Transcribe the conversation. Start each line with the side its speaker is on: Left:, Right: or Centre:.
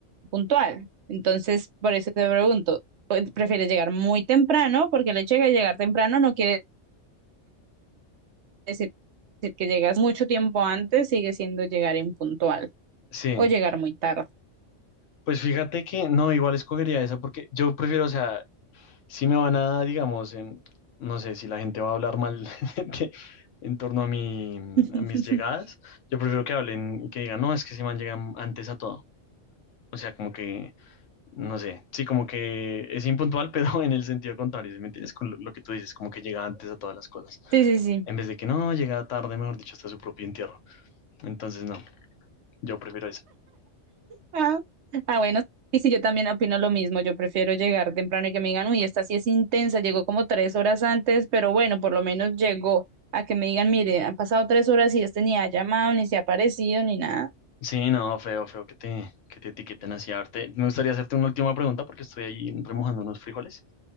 Right: puntual. Entonces, por eso te pregunto, pues, ¿prefieres llegar muy temprano? Porque el hecho de llegar temprano no quiere decir decir que llegas mucho tiempo antes, sigue siendo llegar impuntual
Left: sí.
Right: o llegar muy tarde.
Left: Pues fíjate que no, igual escogería esa porque yo prefiero, o sea, si me van a, digamos, em, no sé si la gente va a hablar mal <laughs> de- en torno a mi, a
Right: <laughs>
Left: mis llegadas, yo prefiero que hablen y que digan, no, es que ese man llega antes a todo. O sea, como que, no sé, sí, como que es impuntual, <laughs> pero en el sentido contrario, ¿sí ¿me entiendes? Con lo lo que tú dices, como que llega antes a todas las cosas.
Right: Sí, sí, sí.
Left: En vez de que no, llega tarde, mejor dicho, hasta su propio entierro. Entonces, no, yo prefiero eso.
Right: Ah, ah, bueno, sí, sí, yo también opino lo mismo. Yo prefiero llegar temprano y que me digan, uy, esta sí es intensa, llegó como tres horas antes, pero bueno, por lo menos llegó a que me digan, mire, han pasado tres horas y este ni ha llamado, ni se ha aparecido, ni nada.
Left: Sí, no, feo, feo que te, que te etiqueten así. A ver, te- me gustaría hacerte una última pregunta porque estoy ahí remojando unos frijoles